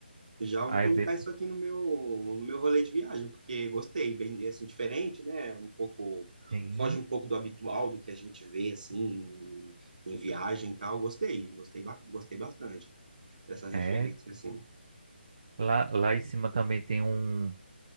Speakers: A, on the right (about 45°); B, on the right (about 25°).
A: Já vou
B: aí
A: colocar
B: é bem,
A: isso aqui no meu, no meu rolê de viagem, porque gostei, bem assim, diferente, né? Um pouco,
B: sim,
A: foge um pouco do habitual, do que a gente vê assim em, em viagem e tal. Gostei, gostei, ba- gostei bastante dessa referência,
B: é
A: assim.
B: lá, lá em cima também tem um